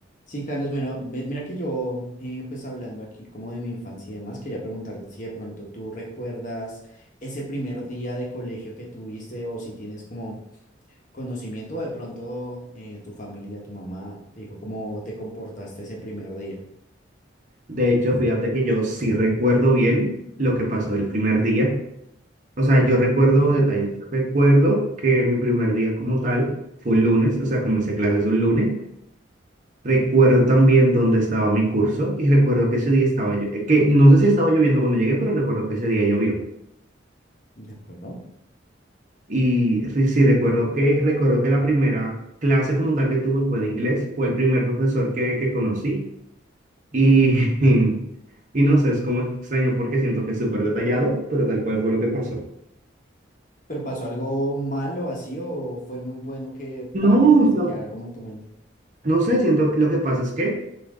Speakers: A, on the left (about 40°); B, on the right (about 40°).
A: Sí, Carlos, bueno, ve- mira que yo, eh, pues hablando aquí como de mi infancia y demás, quería preguntarte si de pronto tú recuerdas ese primer día de colegio que tuviste o si tienes como conocimiento o de pronto eh, tu familia, tu mamá te dijo cómo te comportaste ese primer día.
B: De hecho, fíjate que yo sí recuerdo bien lo que pasó el primer día. O sea, yo recuerdo
A: Ok,
B: detalles. Yo recuerdo que mi primer día como tal fue un lunes, o sea, comencé clases un lunes. Recuerdo también dónde estaba mi curso y recuerdo que ese día estaba yo, eh, que no sé si estaba lloviendo cuando llegué, pero recuerdo que ese día llovió.
A: de acuerdo.
B: Y re- sí recuerdo que recuerdo que la primera clase como tal que tuve fue de inglés, fue el primer profesor que, que conocí. Y, <laughs> y no sé, es como extraño porque siento que es súper detallado, pero tal cual fue lo que pasó.
A: ¿Pero pasó algo malo así o fue muy bueno que
B: No,
A: para que
B: o
A: se
B: sea,
A: quedara como en tu mente?
B: no sé, siento, lo que pasa es que